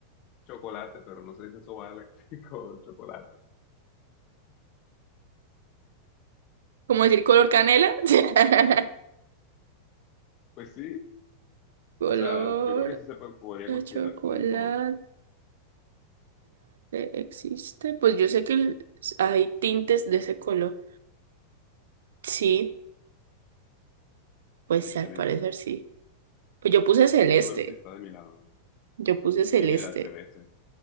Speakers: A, on the left; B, on the right.
A: chocolate, pero no se dice sobal <laughs> con chocolate.
B: ¿Cómo decir color canela? <laughs>
A: Pues sí,
B: Color
A: o sea, yo creo que sí se po- podría
B: de
A: considerar
B: chocolate.
A: como un color.
B: existe. Pues yo sé que el- hay tintes de ese color. Sí, pues
A: Excelente.
B: al parecer sí. Pues yo puse celeste.
A: Google está de mi lado.
B: Yo puse celeste.
A: Mira, celeste.